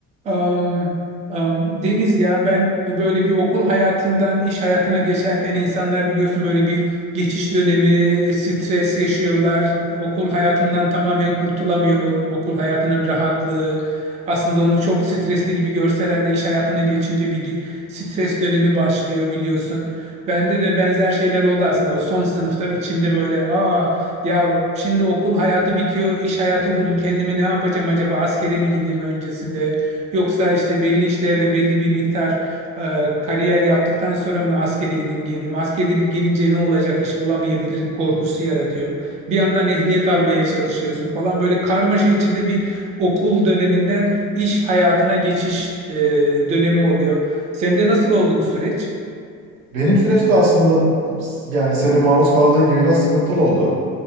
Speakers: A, on the right (about 20°); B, on the right (about 75°).
A: Am, am, Deniz ya ben böyle bir okul hayatından iş hayatına geçerken insanlar biliyorsun böyle bir geçiş dönemi stres yaşıyorlar. Okul hayatından tamamen kurtulamıyor o okul hayatının rahatlığı. Aslında onu çok stresli gibi görseler de iş hayatına geçince bir ge- stres dönemi başlıyor biliyorsun. Bende de benzer şeyler oldu aslında. O son sınıfta içimde böyle aa ya şimdi okul hayatı bitiyor, iş hayatı bulayım. Kendime ne yapacağım acaba? Askere mi gideyim öncesinde? Yoksa işte belli işlerde belli bir miktar e, kariyer yaptıktan sonra mı askere gideyim geleyim? Asker gidip gelince ne olacak iş bulamayabilirim korkusu yaratıyor. Bir yandan ehliyet almaya çalışıyorsun falan böyle karmaşa içinde bir okul döneminden iş hayatına geçiş e, dönemi oluyor. Sende nasıl oldu bu süreç?
B: Benim süreçte aslında yani senin maruz kaldığın gibi biraz sıkıntılı oldu.